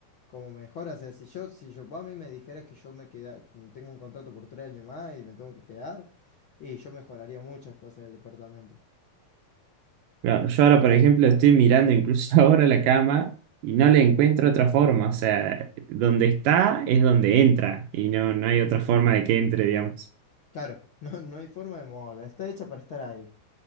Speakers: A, on the left; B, on the right.
A: como mejora, o sea, si yo, si yo vos a mí me dijeras que yo me queda, que tengo un contrato por tres años más y me tengo que quedar, y yo mejoraría muchas cosas del departamento.
B: Claro, Yo ahora, por ejemplo, estoy mirando incluso <laughs> ahora la cama y no le encuentro otra forma. O sea, donde está es donde entra y no, no hay otra forma de que entre, digamos.
A: Claro, <laughs> no, no hay forma de moverla, está hecha para estar ahí,